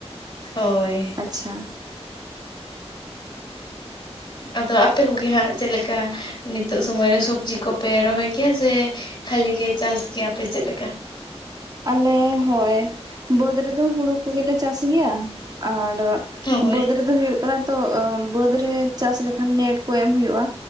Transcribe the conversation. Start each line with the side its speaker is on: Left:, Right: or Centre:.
Left: ᱦᱳᱭ
Right: ᱟᱪᱪᱷᱟ
Left: ᱟᱫᱚ ᱟᱯᱮ ᱠᱚᱜᱮ ᱦᱟᱸᱜ ᱪᱮᱫ ᱞᱮᱠᱟ ᱱᱤᱛᱚᱜ ᱥᱚᱢᱚᱭ ᱨᱮ ᱥᱚᱵᱡᱤ ᱠᱚᱯᱮ ᱨᱚᱦᱚᱭ ᱠᱮᱭᱟ ᱥᱮ ᱠᱷᱟᱹᱞᱤ ᱜᱮ ᱪᱟᱥ ᱜᱮᱭᱟᱯᱮ ᱪᱮᱫ ᱞᱮᱠᱟ
Right: ᱟᱞᱮ ᱦᱳᱭ ᱵᱟᱹᱫᱽ ᱨᱮᱫᱚ ᱦᱩᱲᱩ ᱠᱚᱜᱮᱞᱮ ᱪᱟᱥ ᱜᱮᱭᱟ ᱟᱨ
Left: ᱦᱳᱭ
Right: ᱵᱟᱹᱫᱽ ᱨᱮᱫᱚ ᱦᱩᱭᱩᱜ ᱠᱟᱱᱟ ᱛᱚ ᱵᱟᱹᱫᱽ ᱨᱮ ᱪᱟᱥ ᱞᱮᱠᱷᱟᱱ ᱱᱮᱴ ᱠᱚ ᱮᱢ ᱦᱩᱭᱩᱜᱼᱟ᱾